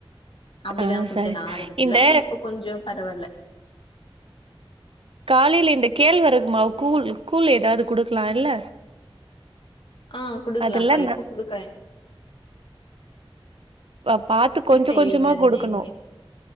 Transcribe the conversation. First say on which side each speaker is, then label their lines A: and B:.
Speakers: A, on the left; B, on the right.
A: அப்டிதா
B: ஆ
A: குடுத்
B: சரி
A: ஆரம்பத்துல
B: இந்த
A: இப்ப கொஞ்சோ பரவால்ல
B: காலைல இந்த கேழ்வரகுமாவு கூழ் கூழ் ஏதாவ்து குடுக்லா இல்ல
A: ஆ குடுக்லாக்கா
B: அதெல்லா
A: இப்போ குடுக்குறே
B: ஆ பாத்து கொஞ்ச
A: செய்வீங்க
B: கொஞ்சமா
A: அது
B: குடுக்கணு
A: நீங்க